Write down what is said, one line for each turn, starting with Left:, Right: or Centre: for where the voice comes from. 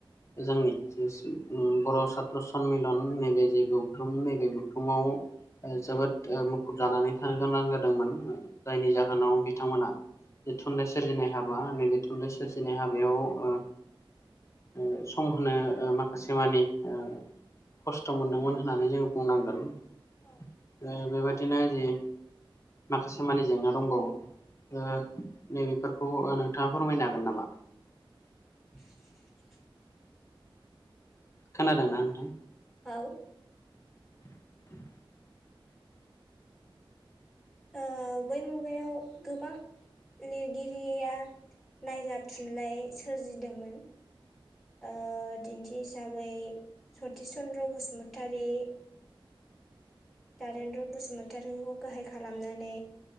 Left: जोंनि जिसु उम बर' सााथ्र सनमिलन नैबे जे गौथुम नैबे गौथुमाव ओ जोबोद ओ मुखुब जानानै थानो गोनां जादोंमोन जायनि जाहोनाव बिथांमोना बे थुनलाइ सोरजिनाय हाबा नैबे थुनलाइ सोरजिनाय हाबायाव ओ ओ सम होनो ओ माखासे मानि ओ खस्थ' मोनदोंमोन होननानै जोङो बुंनांगोन ओ
Centre: औ
Left: बेबायदिनो जि माखासे मानि जेंना दंबावो ओ नैबेफोरखौ ओ नोंथाङा फोरमायनो हागोन नामा?
Centre: <inaudible>
Left: खोनादोंना नोंथां
Centre: आव
Left: <inaudible>
Centre: ओ बै मुगायाव गोबां लिरगिरिया नायजाब थुनलाइ सोरजिदोंमोन ओ दिन्थि हिसाबै सतिस चन्द्र बसुमतारी द्वारेन्द्र बसुमतारिखौ गाहाय खालामनानै